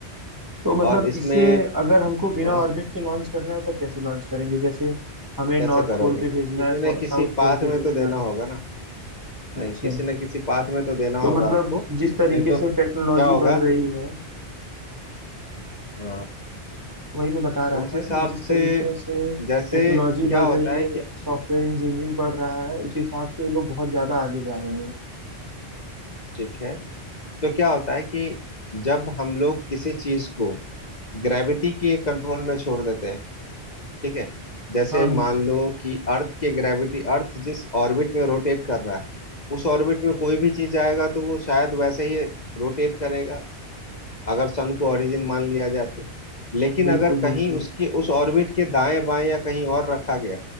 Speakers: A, on the right; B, on the left.
A: तो मतलब
B: और इसमें
A: इसे अगर हमको बिना
B: हाँ
A: ऑर्बिट के लॉन्च करना है तब कैसे लॉन्च करेंगे जैसे हमें
B: कैसे
A: नॉर्थ
B: करोगे
A: पोल पे भेजना
B: किसी
A: है साउथ
B: न किसी पाथ
A: पोल पे
B: में
A: भेजना
B: तो देना
A: है
B: होगा ना नहीं
A: अच्छा
B: किसी न किसी पाथ में तो देना
A: तो
B: होगा
A: मतलब
B: आपको
A: जिस तरीके
B: नहीं तो
A: से
B: क्या
A: टेक्नोलॉजी
B: होगा
A: बढ़ रही है
B: अ,
A: वही मैं बता रहा
B: उस
A: था
B: हिसाब
A: कि जिस
B: से
A: तरीके से
B: जैसे
A: टेक्नोलॉजी
B: क्या
A: बढ़
B: होता
A: रही
B: है
A: है
B: कि
A: सॉफ्टवेयर इंजीनियरिंग बढ़ रहा है उस हिसाब से ये लोग बहुत ज्यादा आगे जा रहे हैं
B: ठीक है तो क्या होता है कि जब हम लोग किसी चीज को ग्रेविटी के कंट्रोल में छोड़ देते हैं ठीक है जैसे
A: हाँ हाँ
B: मान लो कि अर्थ के ग्रेविटी अर्थ जिस ऑर्बिट में रोटेट कर रहा है उस ऑर्बिट में कोई भी चीज आएगा तो वो शायद वैसे ही रोटेट करेगा अगर सन को ओरिजिन मान लिया जाए तो लेकिन
A: बिल्कुल
B: अगर कहीं
A: बिल्कुल
B: उसके उस ऑर्बिट के दाएं बाएं या कहीं और रखा गया